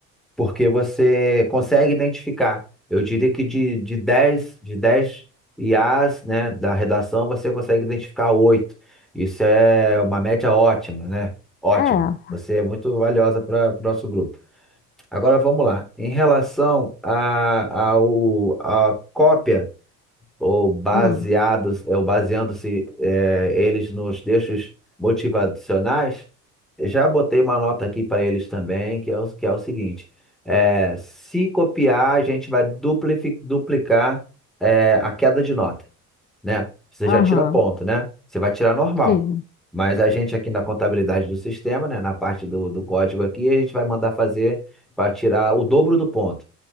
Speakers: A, in the centre; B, on the left.
A: porque você consegue identificar. Eu diria que de, de dez de 10 IAs, né, da redação, você consegue identificar oito. Isso é uma média ótima, né? Ótimo.
B: É.
A: Você é muito valiosa para o nosso grupo. Agora vamos lá. Em relação à a, ao, a cópia ou baseados,
B: Hum.
A: é, ou baseando-se é, eles nos textos motivacionais, eu já botei uma nota aqui para eles também, que é o, que é o seguinte: é, se copiar, a gente vai duplifi- duplicar é, a queda de nota, né? Você
B: Aham.
A: já tira ponto, né? Você vai tirar normal.
B: Sim.
A: Mas a gente aqui na contabilidade do sistema, né, na parte do, do código aqui, a gente vai mandar fazer para tirar o dobro do ponto.